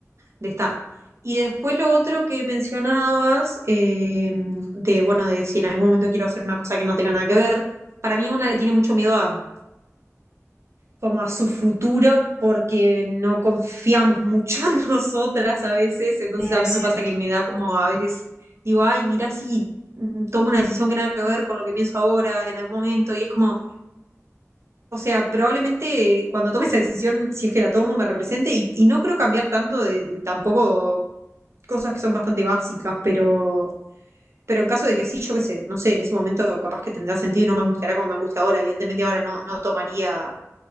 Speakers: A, on the right; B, on the left.
A: de estar. Y después lo otro que mencionabas, eh, de bueno, de si en algún momento quiero hacer una cosa que no tenga nada que ver, para mí una le tiene mucho miedo a como a su futuro porque no confiamos mucho en <laughs> nosotras a veces, entonces
B: sí,
A: a
B: es
A: mí
B: cierto.
A: me pasa que me da como a veces, digo, ay, mira si mm, tomo una decisión que nada que ver con lo que pienso ahora en algún momento y es como O sea, probablemente cuando tome esa decisión, si es que la tomo, me represente y, y no creo cambiar tanto de, de tampoco cosas que son bastante básicas, pero, pero en caso de que sí, yo qué sé, no sé, en ese momento capaz que tendrá sentido y no me angustiará como me angustia ahora. Evidentemente ahora no, no tomaría,